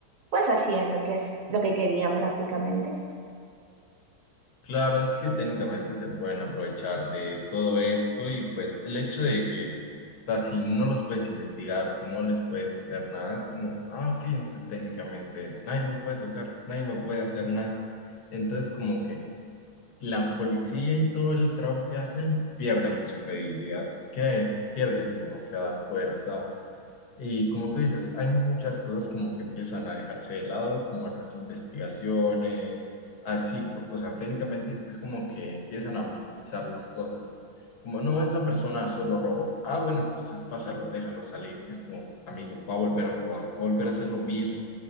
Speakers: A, on the right (about 60°); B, on the left (about 75°).
A: pues hacían lo que es, lo que querían prácticamente.
B: Claro, es que técnicamente se pueden aprovechar de todo esto y pues el hecho de que, o sea, si no los puedes investigar, si no les puedes hacer nada, es como, ah, ok, entonces técnicamente nadie me puede tocar, nadie me puede hacer nada. Entonces como que la policía y todo el trabajo que hacen pierde mucha credibilidad, que pierden demasiada fuerza y como tú dices, hay muchas cosas como que empiezan a dejarse de lado, como las investigaciones, así, po- o sea, técnicamente es como que empiezan a minimizar las cosas. Como, no, esta persona solo robó. Ah, bueno, entonces pásalo, déjalo salir. Y es como, amigo, va a volver a robar, va a volver a hacer lo mismo.